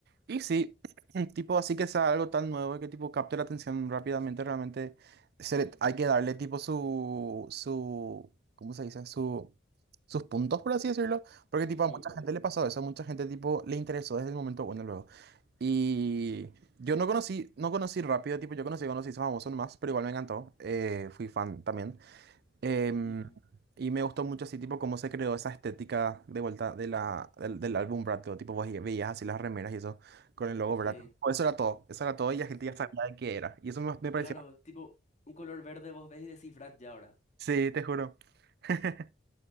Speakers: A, on the right (about 55°); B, on the left (about 40°).
A: Y sí, <clears throat> tipo, así que sea algo tan nuevo que tipo capte la atención rápidamente, realmente se le- hay que darle tipo su, su, ¿cómo se dice? Su, sus puntos, por así decirlo, porque tipo
B: Ujú,
A: a mucha
B: ujú,
A: gente le pasó eso, a mucha gente tipo le interesó desde el momento bueno luego. Y yo no conocí, no conocí rápido, tipo, yo conocí, conocí famoso nomás, pero igual me encantó, eh, fui fan también. Em,
B: ujú.
A: y me gustó mucho así, tipo, cómo se creó esa estética de vuelta de la, del, del álbum Brad, Pitt, tipo, vos veías así las remeras y eso con el logo
B: Sí,
A: Brad. Pitt. Pues Eso era todo, eso era todo y la gente
B: sí.
A: ya sabía de qué era. Y eso me, me pareció...
B: Claro, tipo un color verde vos ves y decís Brat ya ahora.
A: Sí, te juro. <laughs>